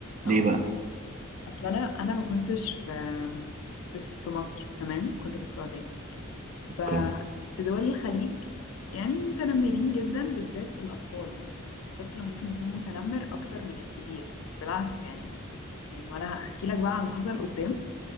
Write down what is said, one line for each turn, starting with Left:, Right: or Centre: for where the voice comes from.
Right: ليه
Left: اه
Right: بقى
Left: اصل انا انا ما كنتش في في في مصر تمام كنت في السعوديه
Right: اوكي
Left: ففي دول الخليج يعني متنمرين جدا بالذات الأطفال يعني الطفل ممكن يكون متنمر أكتر من الكبير يعني بالعكس يعني يعني وأنا هحكي لك بقى على اللي حصل قدام